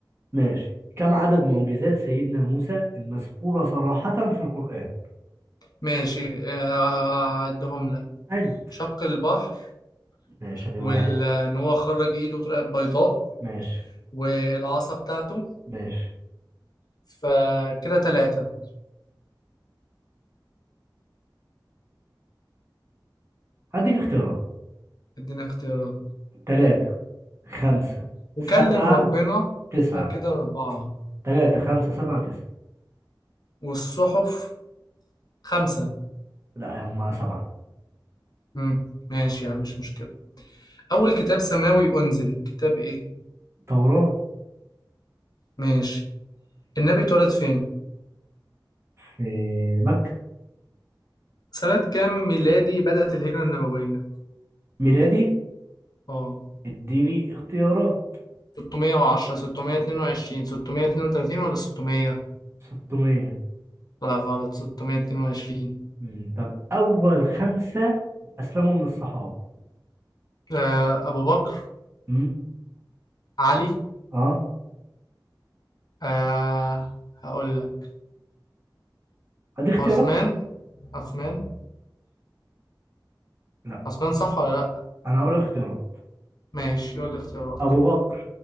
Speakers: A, on the right; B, on the left.
A: ماشي كم عدد معجزات سيدنا موسى المذكورة صراحة في القرآن؟
B: ماشي آه، هعدهم لك
A: عد
B: شق البحر
A: ماشي ادي واحد
B: وان هو خرج ايده طلعت بيضاء
A: ماشي
B: والعصا بتاعته
A: ماشي
B: فكده ثلاثة
A: هديك اختيارات
B: اديني اختيارات
A: تلاتة خمسة
B: وكلم
A: سبعة
B: ربنا
A: تسعة
B: فكده أربعة
A: تلاتة خمسة سبعة تسعة
B: والصحف خمسة
A: لا هما سبعة
B: مم. ماشي يا عم مش مشكلة أول كتاب سماوي أنزل كتاب إيه؟
A: ثورة
B: ماشي النبي اتولد فين؟
A: في مكة
B: سنة كام ميلادي بدأت الهجرة النبوية؟
A: ميلادي
B: آه
A: اديني اختيارات
B: 610 622 632 ولا 600؟
A: 600
B: لا غلط 622
A: مم. طب أول خمسة أسلموا من الصحابة
B: آه أبو بكر
A: مم.
B: علي
A: أه
B: آه هقول لك
A: هديك اختيارات
B: عثمان عثمان
A: لا
B: عثمان صح ولا لأ؟
A: أنا هقول اختيارات
B: ماشي يقول لي اختيارات
A: أبو بكر